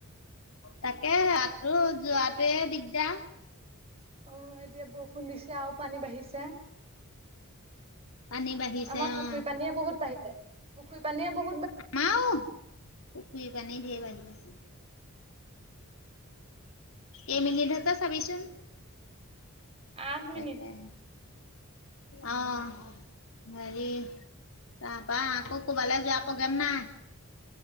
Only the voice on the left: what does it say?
তাকে ৰাতটো যোৱাটোৱে দিগদাৰ।
পানী বাঢ়িছে
অ
আমাও পুখুৰী পানী ধেৰ বাঢ়িলে। এই মিনিট তই চাবিচোন।
তাকেই।
অহ। হেৰি তাৰপা আকৌ ক'বালৈ যোৱা প্ৰগ্ৰেম নাই।